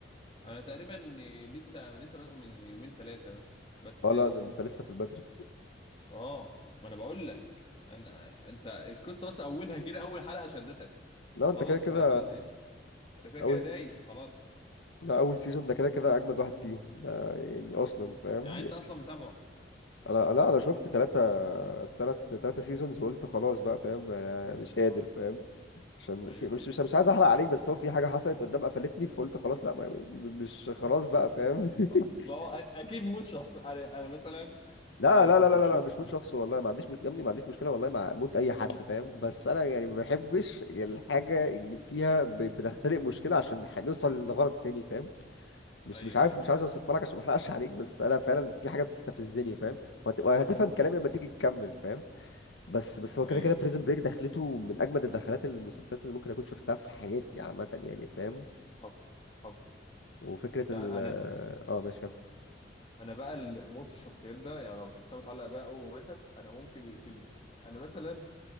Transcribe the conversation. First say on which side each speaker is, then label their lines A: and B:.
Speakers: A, on the left; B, on the left.
A: انا تقريبا آه، لسه أنا لسه بادئه من يومين ثلاثه بس
B: <laughs>
A: بس
B: اه لا ده انت لسه في البدري
A: اه ما انا بقول لك انا انت القصه بس اولها كده اول حلقه شدتك
B: لا
A: خلاص
B: انت كده كده
A: انت هتعوز ايه انت كده
B: اول
A: كده دايس خلاص
B: ده اول سيزون ده كده كده اجمد واحد فيهم ده يعني
A: اه
B: اصلا فاهم
A: يعني انت اصلا متابعه
B: انا لا انا شفت تلاتة تلات تلاتة سيزونز وقلت خلاص بقى فاهم يعني انا مش
A: اه
B: قادر فاهم عشان
A: ايوه
B: في مش
A: ايوه
B: مش مش عايز احرق عليك بس هو في حاجة حصلت قدام قفلتني فقلت خلاص لا ما- مش خلاص
A: <laughs>
B: بقى فاهم <laughs>
A: ما ما هو أ- اكيد مش شخص انا انا مثلا
B: لا
A: انا
B: لا
A: كنت
B: لا لا
A: بشوف
B: لا لا، مش موت
A: <laughs>
B: شخص والله ما عنديش مش... يا ابني ما عنديش مشكلة والله مع موت أي حد فاهم بس أنا يعني ما بحبش الحاجة اللي فيها ب... بنختلق مشكلة عشان هنوصل لغرض تاني فاهم مش
A: ايوه
B: مش عارف
A: ايوه
B: مش عايز أوصفها لك عشان ما أحرقش عليك بس أنا فعلا في حاجة بتستفزني فاهم وهت... وهتفهم
A: ايوه
B: كلامي لما تيجي تكمل فاهم بس بس هو
A: ايوه
B: كده كده بريزن بريك دخلته من اجمد الدخلات المسلسلات اللي ممكن اكون شفتها في حياتي عامه يعني فاهم
A: حصل حصل
B: وفكره
A: يعني
B: ال اه
A: انا
B: آه، ماشي كمل
A: انا بقى ال- موت الشخصيات ده يعني لو شخصيه متعلقه بقى قوي وماتت انا ممكن يقفلني انا مثلا